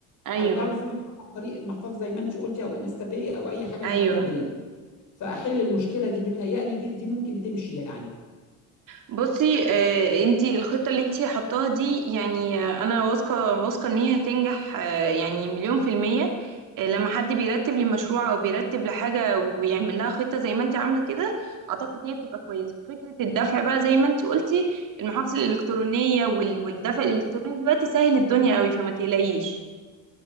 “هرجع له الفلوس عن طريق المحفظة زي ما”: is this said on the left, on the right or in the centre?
Left